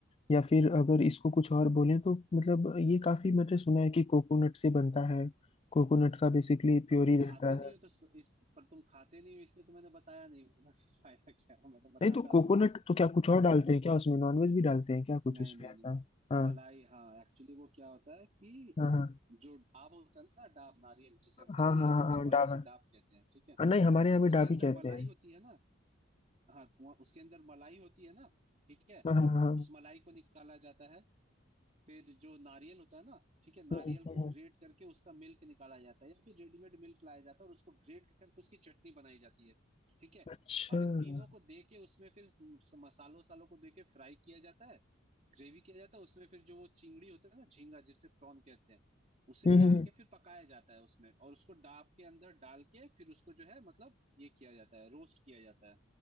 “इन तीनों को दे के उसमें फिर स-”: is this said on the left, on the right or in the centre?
Right